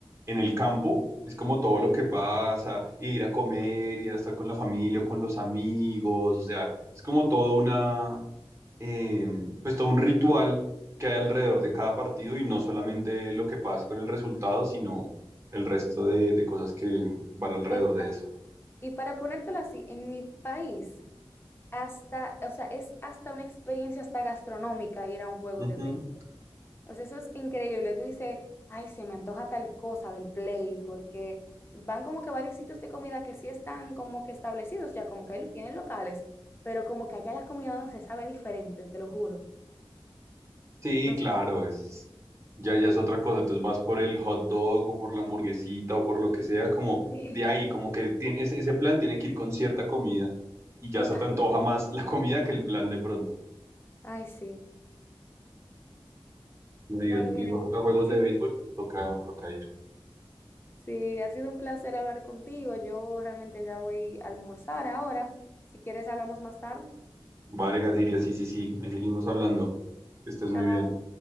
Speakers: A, on the right; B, on the left.
A: en el campo. Es como todo lo que pasa, ir a comer, ir a estar con la familia o con los amigos, o sea, es como todo una, eh, pues todo un ritual que hay alrededor de cada partido y no solamente lo que pase con el resultado, sino el resto de, de cosas que van alrededor
B: Eh,
A: de eso.
B: Y para ponértelo así, en mi país, hasta, o sea, es hasta una experiencia hasta gastronómica ir a un juego
A: Ujú.
B: de béisbol. O sea, eso es increíble. Tú dices, ay, se me antoja tal cosa del Play, porque van como que varios sitios de comida que sí están como que establecidos ya, como que tienen locales, pero como que allá la comida no se sabe diferente, te lo juro.
A: Sí,
B: No
A: claro,
B: sé.
A: es ya, ya es otra cosa. Entonces vas por el hot dog o por la hamburguesita o por lo que sea, como
B: Sí,
A: de ahí, como que tiene, ese, ese plan tiene que ir con cierta comida y ya
B: totalmente.
A: se te antoja más la comida que el plan de pronto.
B: Ay, sí.
A: Me digan,
B: Bueno, mira,
A: he ido a juegos
B: ha sido,
A: de béisbol, toca, toca ir.
B: sí, ha sido un placer hablar contigo. Yo realmente ya voy a almorzar ahora. Si quieres, hablamos más tarde.
A: Vale, Gatiria, sí, sí, sí, ahí seguimos hablando. Que estés muy
B: Chao.
A: bien.